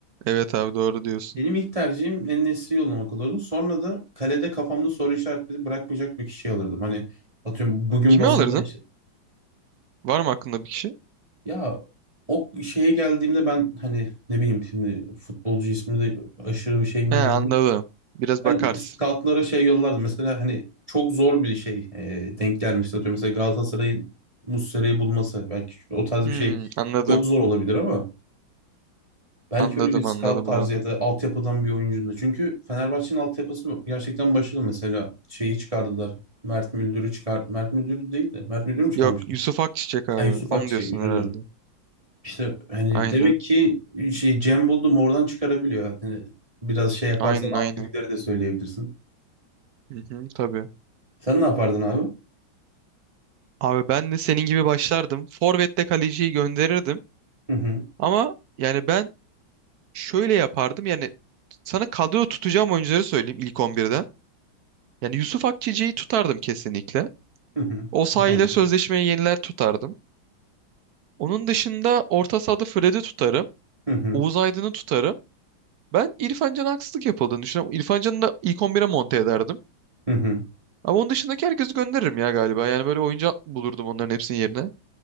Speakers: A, on the right; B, on the right.
A: Evet abi doğru diyorsun.
B: Benim ilk tercihim En-Nesyri yollamak olurdu. Sonra da kalede kafamda soru işaretleri bırakmayacak bir kişi alırdım. Hani atıyorum bugün
A: Kimi
B: bazında
A: alırdın?
B: işte
A: Var mı aklında bir kişi?
B: ya o şeye geldiğimde ben hani ne bileyim şimdi futbolcu ismi de aşırı bir şeyin
A: He
B: bilgim
A: anladım. Biraz
B: Ben
A: bakarsın.
B: scoutlara şey yollardı. Mesela hani çok zor bir şey e, denk gelmişti. Atıyorum mesela Galatasaray'ın Muslera'yı bulması. Belki o tarz
A: Hmm,
B: bir şey
A: anladım.
B: çok zor olabilir ama belki
A: Anladım
B: öyle bir scout
A: anladım
B: tarzı
A: abi.
B: ya da altyapıdan bir oyuncunun da. Çünkü Fenerbahçe'nin altyapısı gerçekten başarılı. Mesela şeyi çıkardılar. Mert Müldür'ü çıkar. Mert Müldür değil de. Mert Müldür mü çıkarmıştı?
A: Yok Yusuf Akçiçek abi.
B: Ay Yusuf
A: Onu
B: Akçiçek
A: diyorsun
B: özür
A: herhalde.
B: dilerim. İşte hani
A: Aynen.
B: demek ki şey Cem buldum oradan çıkarabiliyor. Yani biraz şey yaparsan
A: Aynen aynen.
B: altyapıları da söyleyebilirsin.
A: Hı hı, tabii.
B: Sen ne yapardın abi?
A: Abi ben de senin gibi başlardım. Forvet'te kaleciyi gönderirdim.
B: Hı hı.
A: Ama yani ben şöyle yapardım. Yani sana kadro tutacağım oyuncuları söyleyeyim ilk on birden Yani Yusuf Akçeci'yi tutardım kesinlikle.
B: Hı hı.
A: Osayi
B: Potansiyel.
A: ile sözleşmeyi yeniler tutardım. Onun dışında orta sahada Fred'i tutarım.
B: Hı hı.
A: Oğuz Aydın'ı tutarım. Ben İrfan Can'a haksızlık yapıldığını düşünüyorum. İrfan Can'ı da ilk 11'e monte ederdim.
B: Hı hı.
A: Ama onun dışındaki herkesi gönderirim ya galiba. Yani böyle oyuncu bulurdum onların hepsinin yerine.